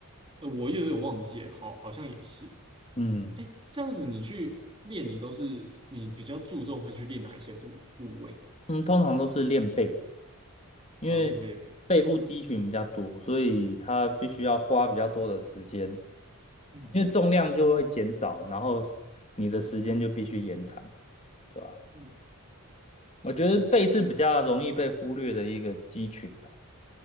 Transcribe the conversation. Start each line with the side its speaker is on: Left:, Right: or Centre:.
Right: 呃我又有点忘记了，好，好像也是。
Left: 嗯
Right: 哎，这样子你去练，你都是你比较注重会去练哪一些部部位啊？
Left: 嗯，通常都是练背。因为
Right: 哦，练背比较，
Left: 背部肌群比较多，所以它必须要花比较多的时间，
Right: 嗯
Left: 因为重量就会减少，然后你的时间就必须延长，对吧？
Right: 嗯，
Left: 我觉得背是比较容易被忽略的一个肌群的。
Right: 哦